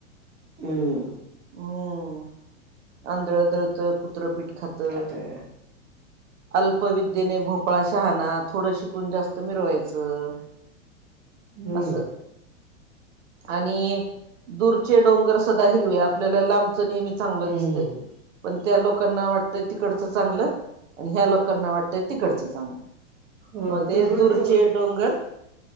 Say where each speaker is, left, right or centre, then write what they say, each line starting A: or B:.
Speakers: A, on the right; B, on the right.
A: हूं!
B: हूं आंधळदळत कुत्रं पीठ खात.
A: खातं
B: अल्पविद्येने भोपाळा शहाणा, थोडं शिकून जास्त मिरवायचं.
A: हम्म
B: असं! आणि दूरचे डोंगर सदा हिरवे, आपल्याला लांबचं नेहमी चांगलं
A: हम्म
B: दिसतय, पण त्या लोकांना वाटतंय तिकडच चांगलं, आणि ह्या लोकांना वाट तय तिकडचं चांगलं
A: हो
B: मग ते
A: दुरून
B: दुरचे
A: डोंग
B: डोंगर